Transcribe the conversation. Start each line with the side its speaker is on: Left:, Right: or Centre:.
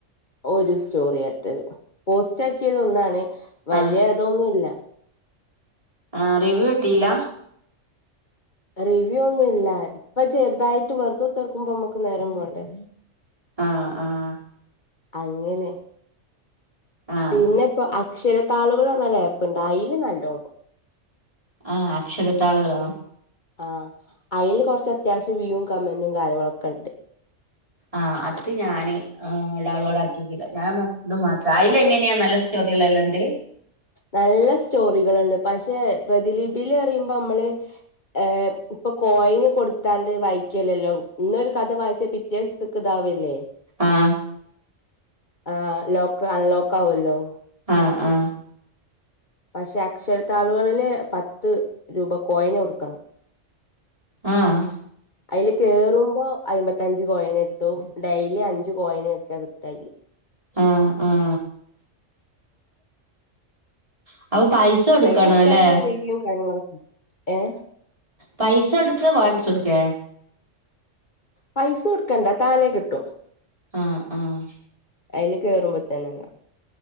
Left: ഒരു സ്റ്റോറിയാ ഇട്ടത് പോസ്റ്റ് ആക്കിയത് ഒന്നാണ് വല്ല്യതൊന്നുല്ല
Right: ആഹ് ആഹ് റിവ്യൂ ട്ടിയില്ല
Left: റിവ്യൂ ഒന്നുല്ല ഇപ്പൊ ചെർതായിട്ട് വെർതെക്കുത്തർക്കുമ്പോ അമ്മക്ക് നേരം പോണ്ടേ
Right: ആഹ് ആഹ്
Left: അങ്ങനെ
Right: ആഹ്
Left: പിന്നെ ഇപ്പ അക്ഷരത്താളുകൾ അർഞ്ഞ ഒരു ഏപ്പ്ണ്ട് അയില് നല്ലോടും
Right: ആഹ് അക്ഷരത്താളുകളോ?
Left: ആഹ് അയ്ല് കൊർച്ച് അത്യാവശ്യം വ്യൂവും കമന്റും കാര്യങ്ങളൊക്കെണ്ട്.
Right: ആഹ് അത് ഞാന് ആഹ് ഡൗൺലോഡ് ആകിട്ടില്ല ഞാൻ പർഞ് ഇത് മാത്രം അയ്ല് എങ്ങനെയാ നല്ല സ്റ്റോറികള് എല്ലാൻഡ്
Left: നല്ല സ്റ്റോറികള്ണ്ട് പക്ഷെ പ്രതിലീപില് പറിമ്പം അമ്മള് ഏഹ് ഇപ്പൊ കോയിന് കൊടുത്താണ്ട് വായിക്കല്ലല്ലോ ഇന്നൊരു കഥ വായിച്ച പി റ്റെ സ്ത്ക്ക് താവല്ലേ
Right: ആഹ്
Left: ആഹ് ലോക്ക് അൺലോക്ക് ആവുല്ലോ
Right: ആഹ് ആഹ്
Left: പക്ഷെ അക്ഷരത്താളുകളില് പത്ത് രൂപ കോയിന് കൊടുക്കണം
Right: ആഹ്
Left: അയ്ല് കേറുമ്പോ അയ്മ്പത്തഞ്ച് കോയിന് കിട്ടും ഡെയിലി അഞ്ച് കോയിന് വെച്ചാ കിട്ടാ അയ്ല്
Right: ആഹ് ആഹ് <unintelligible>
Left: അയ്ല് അത്യാവശ്യം
Right: അല്ലെ
Left: റിവ്യും കാര്യങ്ങളോക്കെ ഇ ഏഹ്
Right: പൈസ കോടുക്കെ കോയൻസ് കോട്ക്കെ
Left: പൈസ കോട്ക്കണ്ട താനേ കിട്ടും
Right: ആഹ് ആഹ്
Left: അയ്ല് കേറുമ്പോ തന്നെ എന്നാ